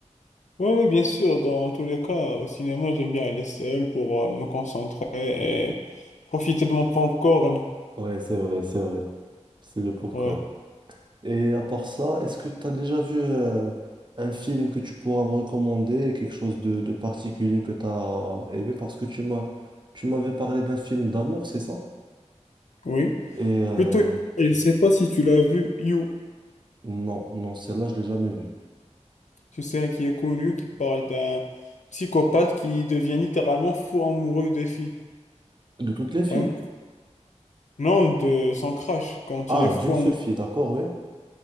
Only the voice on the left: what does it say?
Ouais, ouais, bien sûr, dans tous les cas, au cinéma, j'aime bien aller seul pour euh, me concentrer et profiter de mon popcorn.
Ouais.
Oui.
Plutôt, je ne sais pas si tu l'as vu, You,
une série qui est connue, qui parle d'un psychopathe qui devient littéralement fou amoureux des filles.
Vraiment. Non, de son crush, quand
il est fou
amoureux.